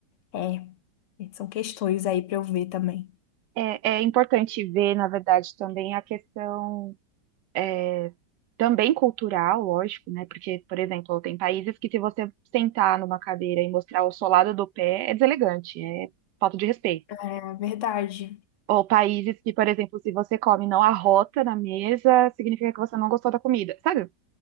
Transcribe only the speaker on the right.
É, é importante ver, na verdade, também a questão é, também cultural, lógico, né? Porque, por exemplo, tem países que se você sentar numa cadeira e mostrar o solado do pé, é deselegante, é falta de respeito.
Ou países que, por exemplo, se você come e não arrota na mesa, significa que você não gostou da comida. Sabe?